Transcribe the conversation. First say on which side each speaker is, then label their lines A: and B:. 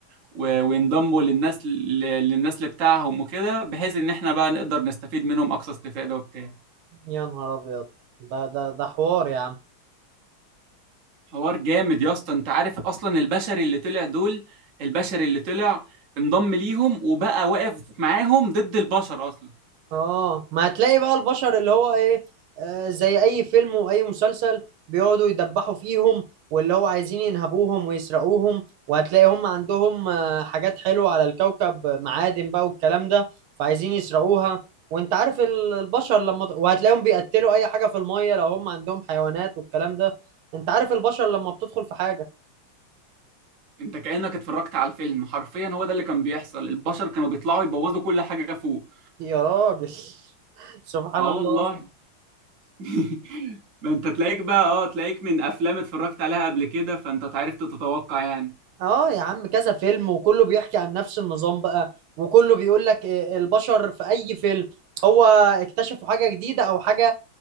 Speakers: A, on the right; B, on the right.
A: و- وينضموا للناس ل- للنسل بتاعهم وكده بحيث ان احنا بقى نقدر نستفيد منهم اقصى استفادة وبتاع
B: يا نهار ابيض ده ده ده حوار يا عم
A: حوار جامد يا اسطى انت عارف اصلا البشر اللي طلع دول البشر اللي طلع انضم ليهم وبقى واقف معاهم ضد البشر اصلا
B: اه ما هتلاقي بقى البشر اللي هو ايه آه زي اي فيلم واي مسلسل بيقعدوا يدبحوا فيهم واللي هو عايزين ينهبوهم ويسرقوهم وهتلاقي هم عندهم آه حاجات حلوة على الكوكب معادن بقى والكلام ده فعايزين يسرقوها وانت عارف ال- البشر لما ت- وهتلاقيهم بيقتلوا اي حاجة في المية لو هم عندهم حيوانات والكلام ده انت عارف البشر لما بتدخل في حاجة
A: انت كأنك اتفرجت على الفيلم حرفيا هو ده اللي كان بيحصل البشر كانوا بيطلعوا يبوظوا كل حاجة فوق
B: يا راجل <laughs> سبحان
A: اه
B: الله
A: والله <laughs> ما انت تلاقيك بقى اه تلاقيك من افلام اتفرجت عليها قبل كده فانت عرفت تتوقع يعني
B: اه يا عم كذا فيلم وكله بيحكي عن نفس النظام بقى وكله بيقول لك إيه البشر في اي فيلم هو اكتشفوا حاجة جديدة او حاجة